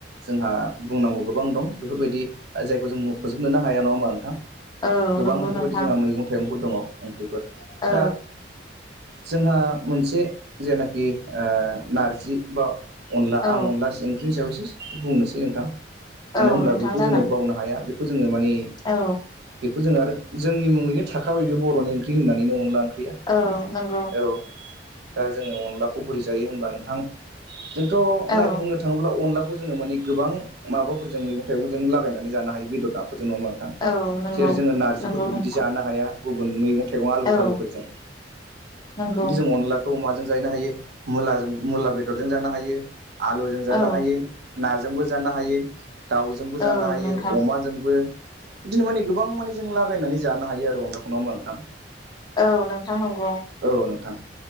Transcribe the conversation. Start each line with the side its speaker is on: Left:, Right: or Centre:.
Right: जोंहा बुंनांगौ गोबां दं बेफोरबायदि जायखौ जों मखजोबनोनो हाया नङा होमबा नोंथां
Left: औ
Right: गोबां
Left: नंगौ
Right: बेफोरबायदि
Left: नोंथां
Right: जोंहा मैगं थाइगंफोर दङ' ओंख्रिफोर
Left: औ
Right: दा जोंहा मोनसे जेनाखि ओ नारजि बा अनला
Left: औ
Right: आं अनला ओंख्रिनि सायावसो बुंनोसै नोंथां मानो
Left: औ
Right: होनब्ला
Left: नोंथां
Right: बेखौ
Left: जागोन
Right: जोङो बावनो हाया बेखौ जोङो मानि
Left: औ
Right: बेखौ जों आरो जोंनि मुङैनो थाखाबाय बे बर'नि ओंख्रि होननानैनो अनला ओंख्रिया
Left: औ नंगौ
Right: औ दा जोङो अनलाखौ बोरै जायो होनबा नोंथां जोंथ'
Left: औ
Right: नाय बुंनो थाङोब्ला अनला खौ जोङो माने गोबां माबाफोरजों मैगं थाइगंजों लागायनानै जानो हायो बेदर ना फोरजों नङा होनबा नोंथां
Left: औ नंगौ
Right: जेरै जोङो नारजिफोरखौ
Left: नंगौ नोंथां
Right: बिदि जानो हाया गुबुन मैगं थाइगं आलु
Left: औ
Right: थालु फोरजों
Left: नंगौ
Right: खिनथु जों अनलाखौ अमा जों जानो हायो मुलाजों मुला बेदरजों जानो हायो आलुजों जानो
Left: औ
Right: हायो नाजोंबो जानो हायो दाउजोंबो
Left: औ
Right: जानो हायो
Left: नोंथां
Right: जोंबो बिदिनो माने गोबां माने जों लागायनानै जानो हायो आरो अनलाखौ नंङा होनबा नोंथां
Left: औ नोंथां नंगौ
Right: औ नोंथां